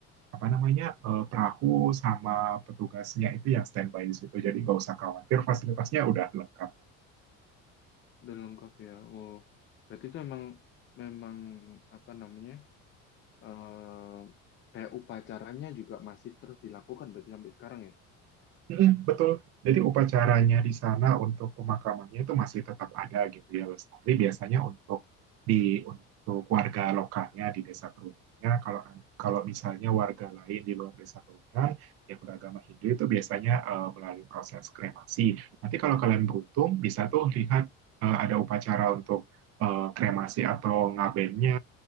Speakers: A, on the right; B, on the left.
A: apa namanya eh, perahu sama petugasnya itu yang standby di situ jadi nggak usah khawatir fasilitasnya udah lengkap
B: udah lengkap ya. Oh, berarti itu emang memang apa namanya eh kayak upacaranya juga masih terus dilakukan berarti sampai sekarang ya?
A: Mm-mm, betul. Jadi upacaranya di sana untuk pemakamannya itu masih tetap ada gitu ya lestari biasanya untuk di untuk warga lokalnya di desa Trunyannya. Kalau kalau misalnya warga lain di luar desa Trunyan yang beragama Hindu itu biasanya eh, melalui proses kremasi. Nanti kalau kalian beruntung bisa tuh lihat eh, ada upacara untuk eh, kremasi atau ngabennya